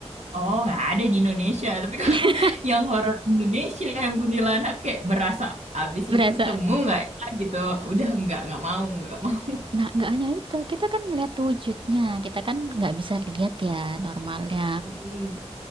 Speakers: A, on the right; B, on the right.
A: oh nggak ada di Indonesia. Tapi <laughs> kalau
B: <laughs>
A: yang horor Indonesia yang kuntilanak kayak berasa abis
B: Berasa.
A: ini ketemu nggak ya gitu. Udah nggak nggak mau nggak mau.
B: Nah, nggak hanya itu, kita kan ngelihat wujudnya, kita kan nggak bisa lihat ya normalnya.
A: Mm.